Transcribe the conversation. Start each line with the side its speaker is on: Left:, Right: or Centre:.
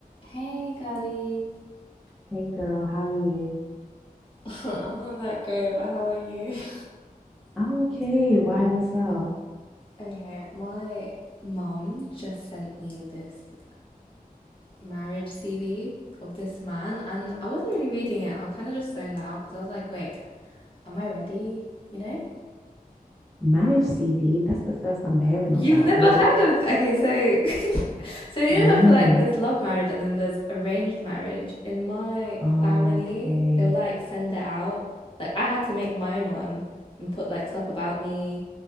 Left: Hey, Gabby.
Centre: Hey girl, how are you?
Left: <laughs> I'm not that great, but how are you? <laughs>
Centre: I'm okay. Why, what's up?
Left: Okay, my mum just sent me this marriage CV of this man, and I wasn't really reading it. I kind of just zoned out because I was like, wait, am I ready? You know?
Centre: Marriage CV? That's the first I'm hearing
Left: You've
Centre: of that.
Left: never
Centre: What?
Left: heard of okay, so <laughs> so you
Centre: No.
Left: know, I feel like there's love marriage and then there's arranged marriage. In my
Centre: Okay.
Left: family, they'll like send it out. Like I had to make my own one and put like stuff about me,